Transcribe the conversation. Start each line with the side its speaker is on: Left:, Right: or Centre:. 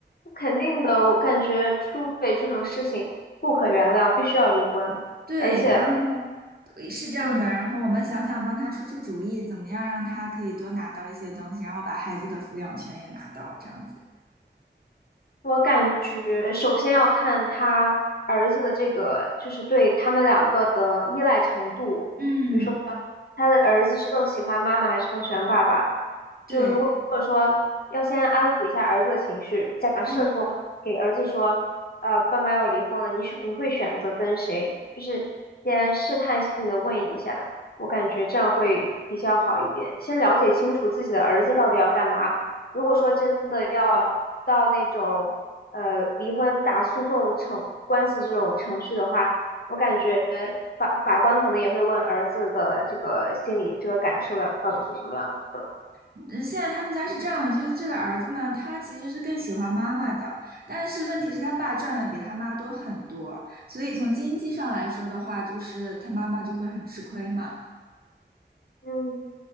Left: 肯定的，我感觉出轨这种事情不可原谅，必须要离婚。
Right: 对，
Left: 而且，
Right: 然后呃是这样的，
Left: 嗯，
Right: 然后我们想想帮她出出主意，怎么样让她可以多拿到一些东西，然后把孩子的抚养权也拿到，这样子。
Left: 我感觉首先要看他儿子的这个，就是对他们两个的依赖程度。
Right: 嗯，
Left: 比如说，他的儿子是更喜欢妈妈还是更喜欢爸爸？
Right: 对，
Left: 就如果说要先安抚一下儿子的情绪，假设说给儿子说，
Right: 嗯。
Left: 呃，爸妈要离婚了，你选你会选择跟谁？就是先试探性的问一下，我感觉这样会比较好一点。先了解清楚自己的儿子到底要干嘛，如果说真的要到那种呃离婚打诉讼程官司这种程序的话，我感觉法法官可能也会问儿子的这个心理这个感受要到底是什么样子的。
Right: 嗯现在他们家是这样的，就是这个儿子呢，他其实是更喜欢妈妈的，但是问题是他爸赚的比他妈多很多，所以从经济上来说的话，就是他妈妈就会很吃亏嘛。
Left: 嗯。